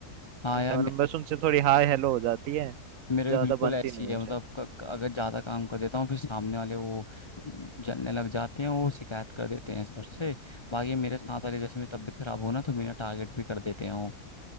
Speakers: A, on the left (about 40°); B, on the right (about 65°).
A: हाँ
B: ऐसा
A: यार मे-
B: मतलब बस उनसे थोड़ी हाय हेलो हो जाती है
A: मेरे
B: ज्यादा
A: भी बिल्कुल
B: बनती
A: ऐसी
B: नहीं उनसे
A: है मतलब क, क- अगर ज़्यादा काम कर देता हूँ फिर सामने वाले वो जलने लग जाते हैं वो शिकायत कर देते हैं सर से बाकी मेरे साथ वाले जैसे मेरी तबीयत खराब हो ना तो मेरा टारगेट भी कर देते हैं वो